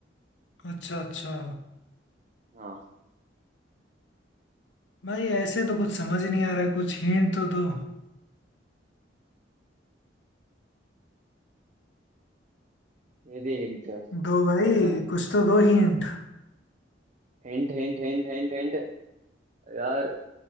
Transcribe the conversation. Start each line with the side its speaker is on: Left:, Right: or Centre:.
Left: अच्छा अच्छा
Right: हाँ
Left: भाई ऐसे तो कुछ समझ नहीं आ रहा है कुछ हिंट तो दो
Right: ये भी हिंट है
Left: दो भाई
Right: मतलब
Left: कुछ तो दो हिंट
Right: hint hint hint hint hint यार